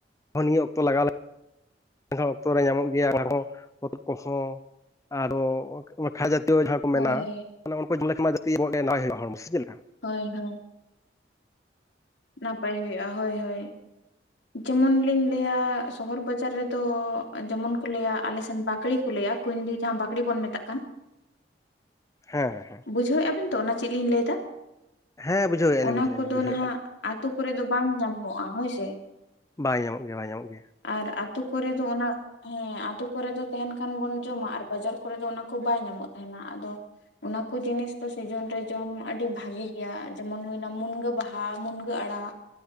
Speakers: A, on the left; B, on the left.
A: ᱚ ᱱᱤᱭᱟ. ᱚᱠᱛᱚ ᱞᱟᱜᱟᱣ ᱞᱮ..... ᱮᱱᱦᱚ ᱚᱠᱛᱚ ᱨᱮ ᱧᱟᱢᱚᱜ ᱜᱮᱭᱟ ᱟᱨᱦᱚᱸ ᱦᱚᱛ ᱠᱚᱦᱚᱸ ᱟᱨᱚ ᱠᱷᱟᱡᱟ ᱡᱟᱦᱟᱸ ᱠᱚ
B: ᱦᱳᱭ
A: ᱢᱮᱱᱟ ᱩᱱ ᱠᱚ ᱡᱮᱞ ᱞᱮᱠᱷᱟᱱ ᱡᱟᱛᱮᱰᱮ ᱱᱟᱣᱟᱭ ᱦᱩᱭᱩᱜ-ᱟ ᱦᱚᱲᱢᱚ ᱥᱮ ᱪᱮᱫ ᱞᱮᱠᱟ
B: ᱦᱳᱭ ᱦᱳᱭ ᱱᱟᱯᱟᱭ ᱦᱩᱭᱩᱜ-ᱟ ᱦᱳᱭ ᱦᱳᱭ ᱡᱮᱢᱚᱱ ᱞᱤᱧ ᱞᱟᱹᱭᱟ ᱥᱚᱦᱚᱨ ᱵᱟᱡᱟᱨ ᱨᱮᱫᱚ ᱛᱚ ᱡᱮᱢᱚᱱ ᱠᱚ ᱞᱟᱹᱭᱟ ᱟᱞᱮᱥᱱ ᱵᱟᱠᱲᱮ ᱠᱚ ᱞᱟᱹᱭᱟ ᱠᱩᱭᱤᱱᱰᱤ ᱡᱟᱦᱟᱸ ᱵᱟᱠᱲᱮ ᱵᱚᱱ ᱢᱮᱛᱟᱜ ᱠᱟᱱ
A: ᱦᱮᱸ ᱦᱮᱸ
B: ᱵᱩᱡᱷᱟᱹᱣᱮᱫ-ᱟ ᱵᱮᱱ ᱛᱚ ᱚᱱᱟ ᱪᱮᱫ ᱞᱤᱧ ᱞᱟᱹᱭ ᱮᱫᱟ
A: ᱦᱮᱸ ᱵᱩᱡᱷᱟᱹᱣᱮᱫᱼᱟ ᱞᱤᱧ
B: ᱚᱱᱟ
A: ᱵᱩᱡᱷᱟᱹᱣᱮᱫᱼᱟ
B: ᱠᱚᱫᱚ
A: ᱞᱤᱧ ᱵᱩᱡᱷᱟᱹᱣᱮᱫᱼᱟ
B: ᱱᱟᱦᱟᱜ ᱵᱩ.. ᱟᱛᱳ ᱠᱚᱨᱮ ᱫᱚ ᱵᱟᱝ ᱧᱟᱢᱚᱜ-ᱟ ᱦᱳᱭ ᱥᱮ
A: ᱵᱟᱭ ᱧᱟᱢᱚᱜ ᱜᱮᱭᱟ ᱵᱟᱭ ᱧᱟᱢᱚᱜ ᱜᱮᱭᱟ
B: ᱟᱨ ᱟᱛᱩ ᱠᱚᱨᱮ ᱫᱚ ᱚᱱᱟ ᱦᱮᱸ ᱟᱛᱩ ᱠᱚᱨᱮ ᱫᱚ ᱛᱟᱦᱮᱱ ᱠᱷᱟᱱ ᱵᱚᱱ ᱡᱚᱢᱟ ᱟᱨ ᱵᱟᱡᱟᱨ ᱠᱚᱨᱮ ᱫᱚ ᱚᱱᱟ ᱠᱩ ᱵᱟᱭ ᱧᱟᱢᱚᱜ ᱛᱟᱦᱮᱱᱟ ᱟᱫᱚ ᱚᱱᱟ ᱠᱩ ᱡᱤᱱᱤᱥ ᱫᱚ ᱥᱤᱡᱚᱱ ᱨᱮ ᱡᱚᱢ ᱟᱹᱰᱤ ᱵᱷᱟᱜᱮ ᱜᱮᱭᱟ ᱡᱮᱢᱚᱱ ᱦᱩᱭᱱᱟ ᱢᱩᱱᱜᱟᱹ ᱵᱟᱦᱟ ᱵᱟᱦᱟ ᱢᱩᱱᱜᱟᱹ ᱟᱲᱟᱜ